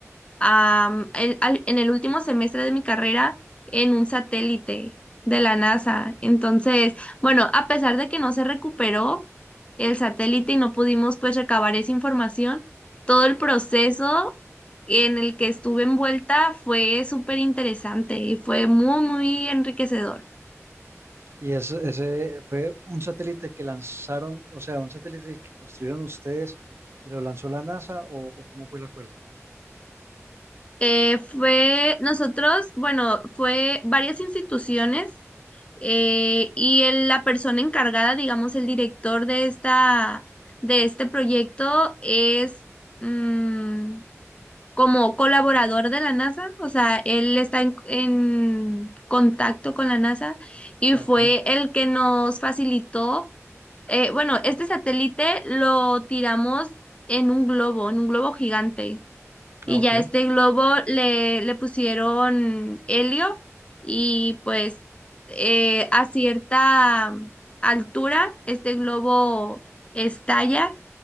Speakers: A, on the left; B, on the right.
A: am, el- al- en el último semestre de mi carrera en un satélite de la NASA. Entonces, bueno, a pesar de que no se recuperó el satélite y no pudimos pues recabar esa información, todo el proceso en el que estuve envuelta fue súper interesante y fue muy, muy enriquecedor.
B: Y ese, ese fue un satélite que lanzaron, o sea, un satélite que construyeron ustedes y lo lanzó la NASA, ¿o, o cómo fue el acuerdo?
A: Eh, fue nosotros, bueno, fue varias instituciones Eh, y el- la persona encargada, digamos, el director de esta, de este proyecto es mm, como colaborador de la NASA, o sea, él está en, en contacto con la NASA y
B: Ah,
A: fue
B: ok,
A: el que nos facilitó, eh, bueno, este satélite lo tiramos en un globo, en un globo gigante. Y
B: ah, ok.
A: ya este globo le, le pusieron helio y pues eh, a cierta altura este globo estalla